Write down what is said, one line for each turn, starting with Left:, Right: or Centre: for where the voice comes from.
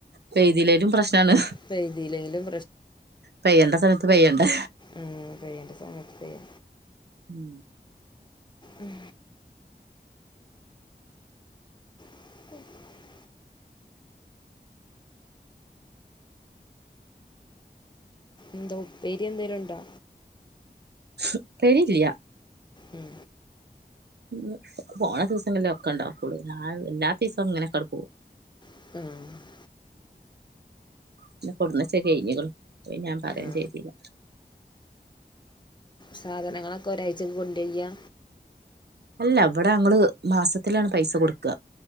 Right: പെയ്തിലേലും പ്രശ്നാണ്
Left: പെയ്തില്ലെങ്കിലും
Right: പെയ്യണ്ട സമയത്ത് പെയ്യണ്ടേ
Left: ഉം പെയ്യണ്ട സമയത്ത് പെയ്യ
Right: ഉം
Left: ഉം <unintelligible> എന്തോ ഉപ്പേരി എന്തേലുണ്ടോ?
Right: ഉപ്പേരില്യാ
Left: ഉം
Right: ഉം പോണ ദിവസങ്ങൾളെക്കെ ഇണ്ടാക്കൊള്ളൂ ഞാ എല്ലാത്തിസം ഇങ്ങനൊക്കണ്ട് പോകും
Left: ആഹ്
Right: പിന്നെ കൊട്ന്നെച്ചെ കഴിഞ്ഞ്ക്ണ് അത് ഞാൻ പറിം
Left: ആ.
Right: ചെയ്തീല
Left: സാധനങ്ങളൊക്കെ ഒരാഴ്ചക്ക് കൊണ്ടയ്യ
Right: അല്ല ഇവടെ ഞങ്ങള് മാസത്തിലാണ് പൈസ കൊട്ക്കാ